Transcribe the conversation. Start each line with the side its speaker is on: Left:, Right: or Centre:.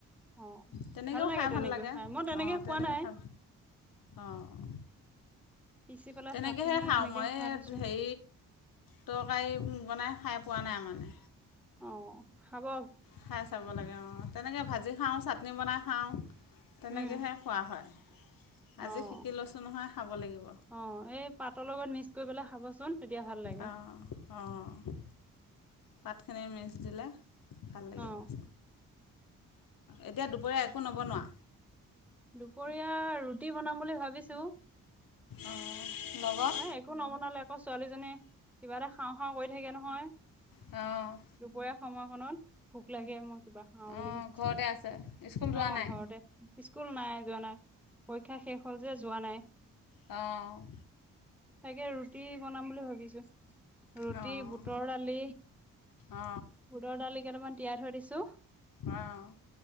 Centre: অ',
Left: তেনেকৈও খাই
Centre: তেনেকে
Left: ভাল লাগে
Centre: খাই মই তেনেকে
Left: অঁ তেনেকৈ
Centre: খোৱা নাই
Left: খা অঁ-
Centre: পিচি পেলাই
Left: তেনেকেহে
Centre: চাটনি
Left: খাওঁ
Centre: এনেকে
Left: মই
Centre: খাই পাইছো
Left: হেৰি তৰকাৰী বনাই খাই- খাই পোৱা নাই মানে।
Centre: অ' হব।
Left: খাই চাব লাগে অ', তেনেকে ভাজি খাওঁ, চাটনি বনাই খাওঁ তেনেকেহে
Centre: উম
Left: খোৱা হয়
Centre: অ',
Left: আজি শিকি লৈছোঁ নহয় খাব লাগিব
Centre: অ', এই পাতৰ লগত মিক্স কৰি পেলাই খাবচোন। তেতিয়া ভাল লাগে
Left: অ', অ', পাত নিৰামিষ দিলে ভাল লাগিব
Centre: অ',
Left: অঁ এতিয়া দুপৰীয়া একো নবনোৱা
Centre: দুপৰীয়া ৰুটি বনাম বুলি ভাবিছোঁ। অ',
Left: অঁ লগত
Centre: এই একো নবনালে আকৌ ছোৱালীজনীয়ে, কিবা এটা খাওঁ-খাওঁ কৰি থাকে নহয়।
Left: অ'।
Centre: দুপৰীয়া সময়কণত ভোক লাগে, মই কিবা খাওঁ বুলি
Left: অঁ
Centre: কয়
Left: ঘৰতে আছে স্কুল যোৱা
Centre: অ',
Left: নাই
Centre: ঘৰতে, স্কুল নাই যোৱা নাই। পৰীক্ষা শেষ হ'ল যে, যোৱা নাই।
Left: অ'।
Centre: তাকে, ৰুটি বনাম বুলি ভাবিছোঁ। ৰুটি,
Left: অঁ
Centre: বুটৰ দালি
Left: অঁ
Centre: বুটৰ দালি কেইটামান তিয়াই থৈ দিছোঁ।
Left: অঁ